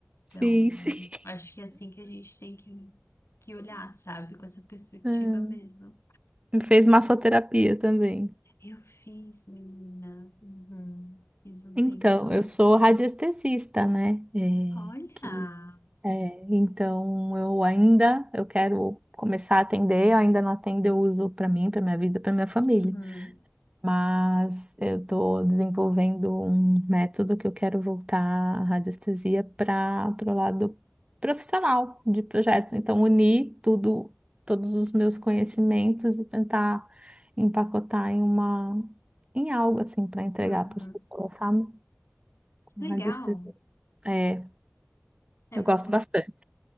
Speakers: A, on the left; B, on the right.
A: Então,
B: Sim, <laughs> sim.
A: acho que é assim que a gente tem que, que olhar, sabe? Com essa perspectiva
B: Hum.
A: mesmo.
B: Fez massoterapia também.
A: Eu fiz, menina. Uhum. Fiz um
B: Então,
A: tempão.
B: eu sou radiestesista, né? É,
A: Olha!
B: que, é, então, eu ainda eu quero começar a atender, eu ainda não atendo, eu uso para mim, para minha vida, para minha família.
A: Uhum.
B: Mas eu estou desenvolvendo um método que eu quero voltar a radiestesia para o lado profissional de projetos. Então, unir tudo, todos os meus conhecimentos e tentar empacotar em uma, em algo assim para entregar
A: Uhum.
B: para as pessoas, sabe? Com
A: Legal!
B: radiestesia. É,
A: É
B: eu
A: bom
B: gosto bastante.